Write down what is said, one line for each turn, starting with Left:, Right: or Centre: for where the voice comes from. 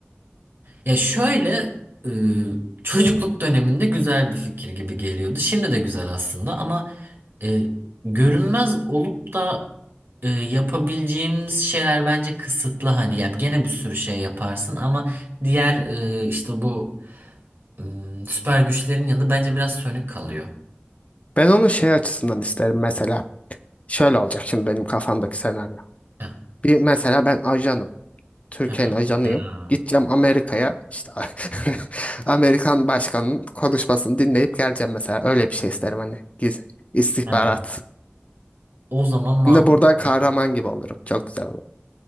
Right: Ya şöyle e, çocukluk döneminde güzel bir fikir gibi geliyordu. Şimdi de güzel aslında ama e, görünmez olup da e, yapabileceğimiz şeyler bence kısıtlı. Hani ya gene bir sürü şey yaparsın ama diğer e, işte bu ım, süper güçlerin yanında bence biraz sönük kalıyor.
Left: Ben onu şey açısından isterim mesela. Şöyle olacak şimdi benim kafamdaki senaryo.
Right: Heh,
Left: Bir mesela ben ajanım. Türkiye'nin
Right: hı hı.
Left: ajanıyım.
Right: Ha,
Left: Gideceğim Amerika'ya işte <laughs> Amerikan başkanının konuşmasını dinleyip geleceğim mesela. Öyle bir şey isterim hani. Gizli. istihbarat.
Right: ha. O zaman mantıklı.
Left: Hem de burada kahraman gibi olurum. Çok güzel olur.